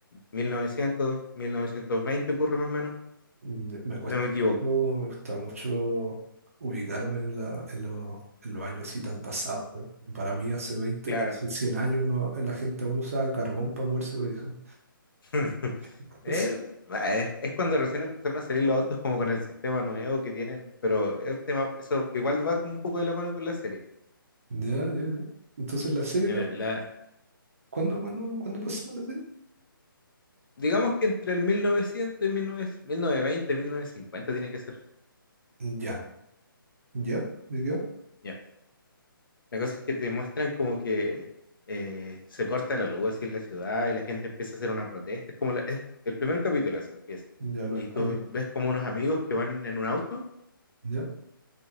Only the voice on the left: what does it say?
1900, 1920 ocurre más o menos,
si no me equivoco.
Claro.
<laughs>
Es, es cuando recién empezaron a salir los autos como con el sistema nuevo que tienen, pero es tema- eso igual va como un poco de la mano con la serie.
mira,
la-
digamos que entre el 1900 y mil novecientos, mil novecientos veinte mil novecientos cincuenta tiene que ser.
Ya. La cosa es que te muestran como que eh, se corta la luz así en la ciudad y la gente empieza a hacer una protesta. Es como la- es el primer capítulo así empieza.
Y
tú ves como unos amigos que van en un auto